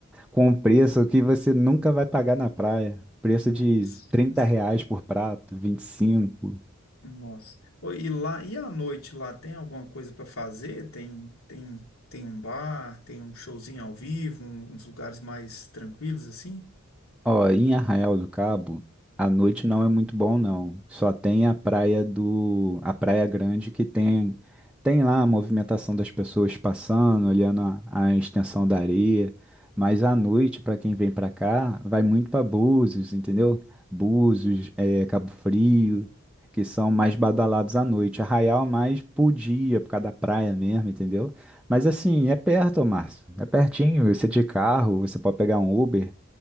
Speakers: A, in the centre; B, on the left.
A: com preço que você nunca vai pagar na praia. Preço
B: Nossa.
A: de 30 reais por prato, 25.
B: Nossa. Ô, E lá, e à noite lá tem alguma coisa para fazer? Tem, tem, tem um bar, tem um showzinho ao vivo, um- uns lugares mais tranquilos assim?
A: Ó, em Arraial do Cabo, a noite não é muito bom, não. Só tem a praia do, a Praia Grande que tem, tem lá a movimentação das pessoas passando, olhando a, a extensão da areia. Mas à noite, para quem vem para cá, vai muito para Búzios, entendeu? Búzios, eh, Cabo Frio, que são mais badalados à noite. Arraial é mais por dia, por causa da praia mesmo, entendeu? Mas assim, é perto, Márcio. É pertinho. Você de carro, você pode pegar um Uber